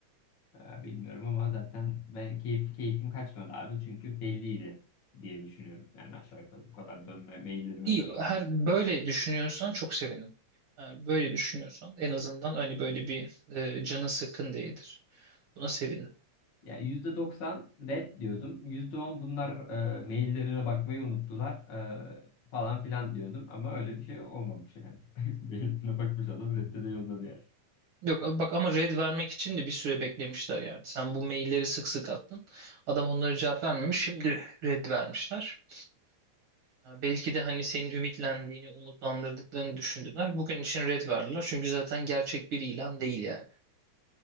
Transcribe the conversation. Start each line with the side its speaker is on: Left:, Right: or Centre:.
Left: Ee, bilmiyorum ama zaten ben keyif, keyfim kaçmadı abi çünkü belliydi diye düşünüyorum. Yani aşağı yukarı bu kadar dönme maillerime
Right: İyi,
Left: dönmem
Right: her böyle düşünüyorsan çok sevinirim. Eğer böyle düşünüyorsan en azından hani böyle bir e, canın sıkkın değildir. Buna sevinirim.
Left: Ya %90 red diyordum. yüzde on bunlar e, maillerine bakmayı unuttular e, falan filan diyordum. Ama öyle bir şey olmamış yani. <laughs> Mailine bakmış adam redde de yolladı yani.
Right: Yok bak ama red vermek için de bir süre beklemişler yani. Sen bu mailleri sık sık attın. Adam onlara cevap vermemiş. Şimdi red vermişler. Ha, Belki de hani senin ümitlendiğini, umutlandırdıklarını düşündüler. Bugün için red verdiler. Çünkü zaten gerçek bir ilan değil yani.